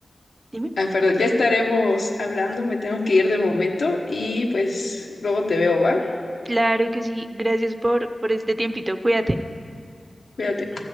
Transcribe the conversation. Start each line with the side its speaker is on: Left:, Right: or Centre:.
Right: Dime.
Left: ah, perdón, ya estaremos hablando, me tengo que ir de momento y pues luego te veo, ¿va?
Right: Claro que sí. Gracias por, por este tiempito. Cuídate.
Left: Cuídate.